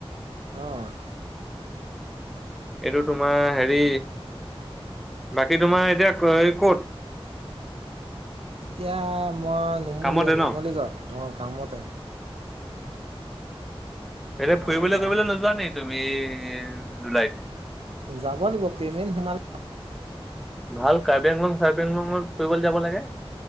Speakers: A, on the right; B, in the centre.
A: অ',
B: এইটো তোমাৰ হেৰি বাকী তোমাৰ এতিয়া কত?
A: এতিয়া মই নুমলীগড়
B: কামতে
A: নুমলীগড়
B: ন
A: অ, কামতে
B: সেইে
A: তোমাৰ
B: ফুৰিবলৈ কৰিবলৈ নোযোৱা নে তুমি জুলাইত?
A: যাব লাগিব পেমেণ্ট সোমল
B: ভাল কাৰ্বি আংলং চাৰ্বি আংলংৰ পৰিুবল যাব লাগে।